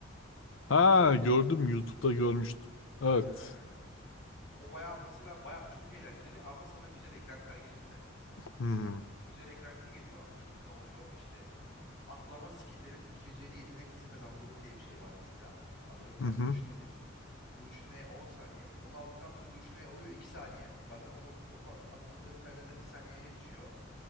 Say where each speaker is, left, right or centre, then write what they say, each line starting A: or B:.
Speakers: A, on the left; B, on the left.
A: Ha gördüm YouTube'da görmüştüm.
B: Aynen
A: Evet.
B: aynen. O bayağı mesela bayağı çok eğlenceli ama sana güzel eklentiler gelirse.
A: Hı
B: Mesela
A: hı.
B: güzel eklenti geliyor atıyorum ne oluyor işte atlama skill'lerin 250 yetenek hızı kazandırır diye bir şey var mesela. Atıyorum sen
A: hı.
B: Lucian oynuyorsun. Lucian E 10 saniye. Onu aldıktan sonra Lucian E oluyor 2 saniye. Zaten oto, oto attığında bir tane de 1 saniyeye düşüyor.